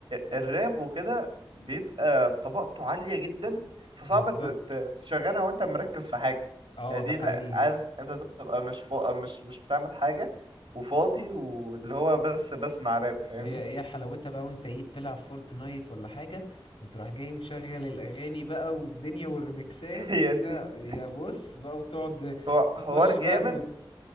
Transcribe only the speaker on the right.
الراب وكده بيبقى طبقته عاليه جدا فصعب
ت- ت- تشغلها وانت مركز في حاجه
يعني دي
لا عايز انت تبقى مش فوق مش مش بتعمل حاجه وفاضي واللي هو بس بسمع راب فاهمني
<laughs> يا
سيدي
هو
حوار جامد